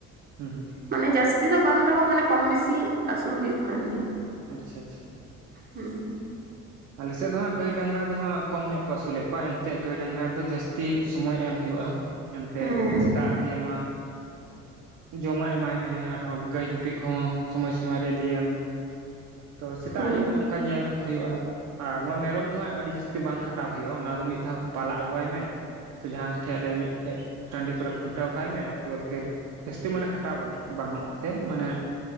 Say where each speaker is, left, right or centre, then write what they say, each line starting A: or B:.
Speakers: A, on the right (about 70°); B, on the right (about 30°).
A: ᱦᱩᱸ ᱦᱩᱸ
B: ᱢᱟᱱᱮ ᱡᱟᱹᱥᱛᱤ ᱫᱚ ᱵᱟᱝ ᱨᱮᱦᱚᱸ ᱢᱟᱱᱮ ᱠᱚᱢ ᱵᱮᱥᱤ ᱟᱹᱥᱩᱞ ᱦᱩᱭᱩᱜ ᱠᱟᱱ ᱜᱮᱭᱟ
A: ᱟᱪᱪᱷᱟ ᱟᱪᱪᱷᱟ
B: ᱦᱩᱸ
A: ᱟᱞᱮ ᱥᱮᱫ ᱫᱚ ᱦᱟᱸᱜ ᱜᱟᱹᱭ ᱰᱟᱝᱨᱟ ᱫᱚ ᱦᱟᱸᱜ ᱠᱚᱢ ᱧᱚᱜ ᱠᱚ ᱟᱹᱥᱩᱞᱮᱫ ᱠᱚᱣᱟ ᱮᱱᱛᱮ ᱜᱟᱹᱭ ᱰᱟᱝᱨᱟ ᱨᱮᱫᱚ ᱡᱟᱹᱥᱛᱤ ᱥᱚᱢᱚᱭ ᱮᱢ ᱦᱩᱭᱩᱜᱼᱟ᱾ ᱮᱱᱛᱮ
B: ᱦᱮᱸ
A: ᱥᱮᱛᱟᱜ ᱨᱮᱜᱮ ᱱᱚᱣᱟ ᱡᱚᱢᱟᱜ ᱮᱢᱟᱭ ᱢᱮ ᱟᱨᱦᱚᱸ ᱜᱟᱹᱭ ᱜᱩᱯᱤ ᱠᱚᱦᱚᱸ ᱥᱚᱢᱚᱭ ᱥᱚᱢᱚᱭ ᱨᱮ ᱤᱫᱤᱭᱮᱟᱢ ᱛᱚ ᱥᱮᱛᱟᱜ
B: ᱦᱳᱭ
A: ᱟᱹᱭᱩᱵ ᱚᱱᱮ ᱚᱱᱠᱟ ᱧᱮᱞ ᱦᱩᱭᱩᱜᱼᱟ᱾ ᱟᱨ ᱱᱚᱶᱟ ᱢᱮᱨᱚᱢ ᱫᱚ ᱦᱟᱜ ᱟᱹᱰᱤ ᱡᱟᱹᱥᱛᱤ ᱵᱟᱝ ᱠᱷᱟᱴᱟᱣ ᱦᱩᱭᱩᱜᱼᱟ ᱚᱱᱟ ᱫᱚ ᱢᱤᱫ ᱫᱷᱟᱣ ᱯᱟᱞᱟ ᱟᱹᱜᱩᱭᱣᱟᱭ ᱢᱮ ᱥᱮ ᱡᱟᱦᱟᱸ ᱴᱷᱮᱡ ᱨᱮ ᱢᱤᱫᱴᱷᱮᱡ ᱴᱟᱺᱰᱤ ᱠᱚᱨᱮ ᱠᱷᱩᱱᱴᱟᱹᱣ ᱠᱟᱭ ᱢᱮ ᱛᱚᱵᱮ ᱯᱷᱤᱨ ᱡᱟᱹᱥᱛᱤ ᱢᱟᱱᱮ ᱠᱷᱟᱴᱟᱣ ᱵᱟᱱᱩᱜ ᱵᱟᱹᱱᱩᱜ ᱛᱮ ᱢᱟᱱᱮ